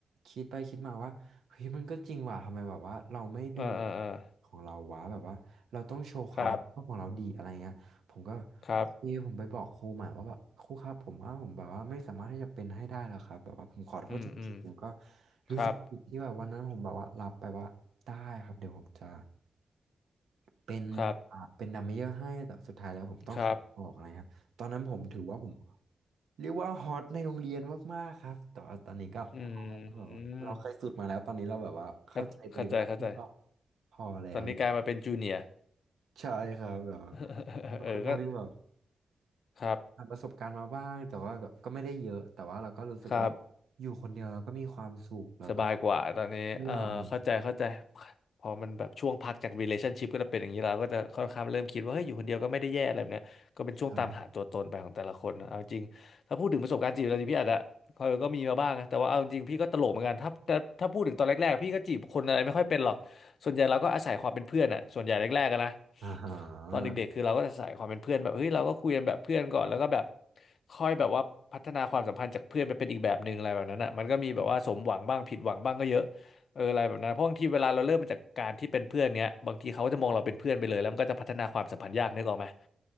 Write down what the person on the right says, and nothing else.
คิดไปคิดมาว่าเฮ้ยมันก็จริงว่ะทำไมแบบว่าเราไม่ดู
ของเราวะแบบว่าเราต้องโชว์ความรับผิดชอบของเราดีอะไรเงี้ย
ผมก็โอเคผมไปบอกครูใหม่ว่าแบบครูครับผมว่าผมแบบว่าไม่สามารถที่จะเป็นให้ได้แล้วครับแบบว่าผมขอโทษจริงๆแล้วก็
รู้สึกผิดที่แบบวันนั้นผมแบบว่ารับไปว่าได้ครับเดี๋ยวผมจะ
เป็นอ่าเป็นดัมเมเยอร์ให้แต่สุดท้ายแล้วผมต้องขอออกนะครับตอนนั้นผมถือว่าผม
เรียกว่าฮอตในโรงเรียนมากๆครับแต่ว่าตอนนี้ก็พอแล้วแบบว่าเราเคยสุดมาแล้วตอนนี้เราแบบว่าเข้าใจตัวเองมากขึ้นก็
พอแล้ว
ใช่ครับแบบว่า
ก็ค่อนข้างที่แบบ
ผ่านประสบการณ์มาบ้างแต่ว่าก็ก็ไม่ได้เยอะแต่ว่าเราก็รู้สึกว่า
อยู่คนเดียวเราก็มีความสุขแล้วก็
เที่ยวอะไร
ใช่
อ่าฮะ